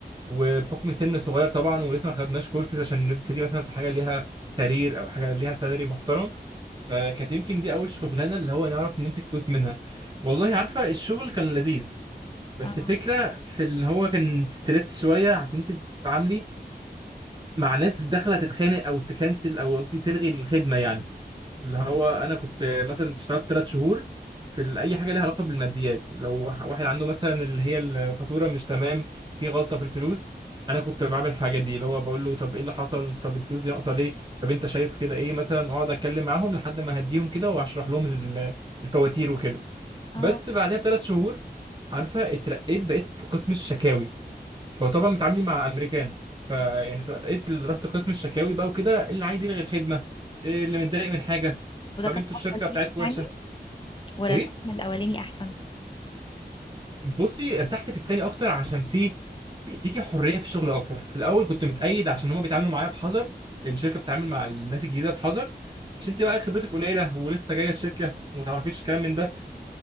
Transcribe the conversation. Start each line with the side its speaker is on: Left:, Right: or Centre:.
Right: وبحكم سن صغير طبعا ولسه ما خدناش كورسز عشان نبتدي مثلا في حاجه ليها كارير او حاجه ليها سالري محترم فكانت يمكن دي اول شغلانه اللي هو نعرف نمسك فلوس منها والله عارفه الشغل كان لذيذ بس
Left: اه
Right: الفكره في اللي هو كان ستريس شويه عشان انت بتتعاملي مع ناس داخله تتخانق او تكنسل او قصدي تلغي الخدمه يعني اللي هو انا كنت مثلا اشتغلت ثلاث شهور في ال- اي حاجه ليها علاقه بالماديات لو واحد واحد عنده مثلا اللي هي الفاتوره مش تمام في غلطه في الفلوس انا كنت بعمل الحاجات دي اللي هو بقول له طب ايه اللي حصل طب الفلوس دي ناقصه ليه طب انت شايف كده ايه مثلا اقعد اتكلم معاهم لحد ما اهديهم كده واشرح لهم ال- الفواتير وكده
Left: اه
Right: بس بعدها بثلاث شهور عارفه اترقيت بقيت في قسم الشكاوي هو طبعا متعاملين مع امريكان فيعني ترقيت ال- رحت قسم الشكاوي بقى وكده اللي عايز يلغي الخدمه إيه اللي متضايق من حاجه
Left: وده
Right: طب
Left: كان
Right: انتوا
Left: افضل
Right: الشركه بتاعتكم
Left: ليك يعني
Right: وحشه
Left: ولا
Right: ايه
Left: القسم الاولاني احسن
Right: بصي ارتحت في التاني اكتر عشان فيه بيديكي حريه في الشغل اكتر في الاول كنت متقيد عشان هما بيتعاملوا معايا بحذر الشركه بتتعامل مع الناس الجديده بحذر عشان انت بقى خبرتك قليله ولسه جايه الشركه وما تعرفيش كلام من ده